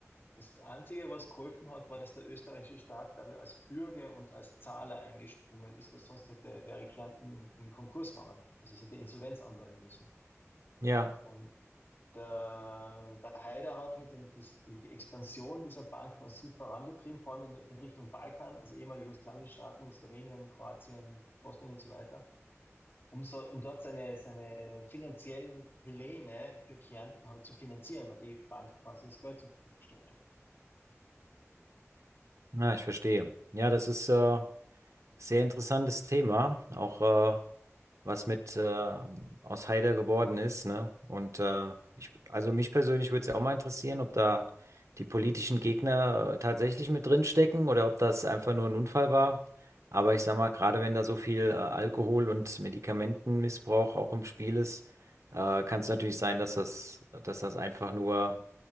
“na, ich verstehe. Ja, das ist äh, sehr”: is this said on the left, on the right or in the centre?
Right